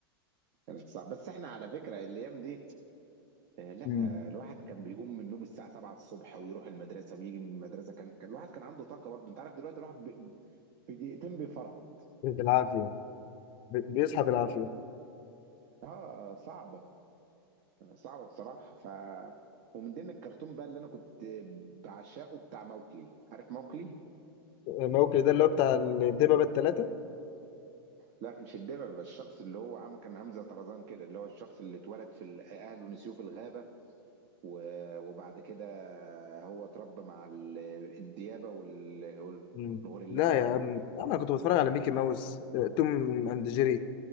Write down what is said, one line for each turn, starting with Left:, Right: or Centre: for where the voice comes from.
Right: كانت صعبة بس احنا على فكرة الايام دي آه لا
Left: امم
Right: آه، الواحد كان بيقوم من النوم الساعة 7 الصبح ويروح المدرسة ويجي من المدرسة كان كان الواحد كان عنده طاقة برضه انت عارف دلوقتي الواحد ب- في دقيقتين بيفرهد
Left: بالعافيه ب- بيصحى بالعافيه
Right: اه صعبة صعبة بصراحة ف ومن ضمن الكرتون بقى اللي انا كنت بعشقه بتاع موكلي عارف موكلي؟
Left: موكل ده اللي هو بتاع الدببه بالثلاثه
Right: لا مش الدببة بس الشخص اللي هو عم كان عامل زي طرزان كده اللي هو الشخص اللي اتولد في ال- اهله نسيوه في الغابة و- وبعد كده هو اتربى مع ال- الديابة وال-
Left: امم
Right: والغوريلات
Left: لا
Right: ربوه
Left: يا عم يا عم انا كنت بتفرج على ميكي ماوس آه، توم اند جيري